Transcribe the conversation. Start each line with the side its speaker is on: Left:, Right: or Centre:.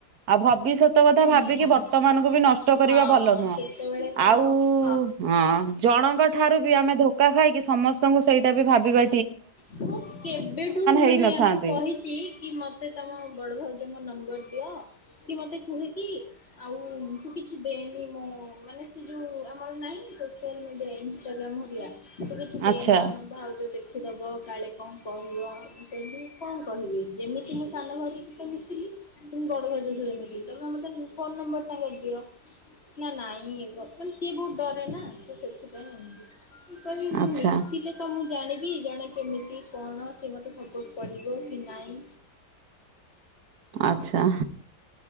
Right: ଆଉ ଭବିଷ୍ୟତ କଥା ଭାବିକି
Left: ହୁଁ
Right: ବର୍ତମାନକୁ ବି ନଷ୍ଟ କରିବା
Left: ହଁ
Right: ଭଲ ନୁହଁ।
Left: କେତେବେଳେ କଣ
Right: ଆଉ
Left: ହବ
Right: ହଁ। ଜଣଙ୍କ ଠାରୁ ବି ଆମେ ଧୋକା ଖାଇକି ସମସ୍ତଙ୍କୁ ସେଇଟା ବି ଭାବି ବା
Left: ମୁଁ କେବେଠୁ ମାନେ
Right: ହେଇନଥାନ୍ତି
Left: ୟାଙ୍କୁ କହିଚି କି ମ ମତେ ତମ ବଡ଼ ଭାଉଜଙ୍କ ନମ୍ବର ଦିଅ, ସେ ମତେ କୁହେ କି ଆଉ ତୁ କିଛି ଦେନି ମୋ ମାନେ ସେ ଯୋଉ ଆମର ନାଇଁ ସୋସିଆଲ୍ ମିଡ଼ିଆରେ ଇନଷ୍ଟାଗ୍ରାମ୍ ହେରିଆ, ତୁ କିଛି ଦେନା
Right: ଆଚ୍ଛା
Left: ମୋ ଭାଉଜ ଦେଖି ଦବ। କାଳେ କଁ କହିବ, ମୁଁ କହିଲି କଁ କହିବେ, ଯେମିତି ମୁଁ ସାନ ଭାଉଜ ସହିତ ମିଶିଲି ସେମିତି ବଡ଼ ଭାଉଜ ସହିତ ମିଶିବି, ତମେ ମତେ ଫୋନ୍ ନମ୍ବର ଟା ଆଗେ ଦିଅ। ନା ନାଇଁ ତ ମାନେ ସିଏ ବୋହୁତ୍ ଡ଼ରେ ନା ତ ସେଥିପାଇଁ ଏମତି। ମୁଁ କହିବି ମୁଁ
Right: ଆଚ୍ଛା
Left: ମିଶିଲେ ତ ମୁଁ ଜାଣିବି, ଜଣେ କେମିତି କଣ ସେ ମତେ ସପୋର୍ଟ କରିବ କି ନାଇଁ।
Right: ଆଚ୍ଛା।